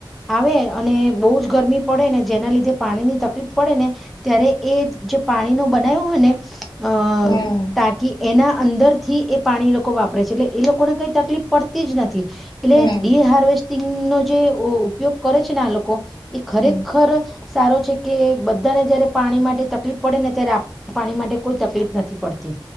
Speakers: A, in the centre; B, on the left.
A: આવે અને બહુ જ ગરમી પડે ને જેના લીધે પાણી ની તકલીફ પડે ને. ત્યારે એ જે પાણી નો બનાવ્યો હોય ને અ
B: હમ
A: ટાકી એના અંદર થી એ પાણી લોકો વાપરે છે એટલે એ લોકોને કઈ તકલીફ પડતી જ નથી એટલે
B: હમ
A: ડી હાર્વેસ્ટિંગ નો જે અ ઉપયોગ કરે છે ને આ લોકો એ ખરેખર
B: હમ
A: સારો છે કે બધાને જયારે પાણી માટે તકલીફ પડે ને ત્યારે આપ પાણી માટે કોઈ તકલીફ નથી પડતી.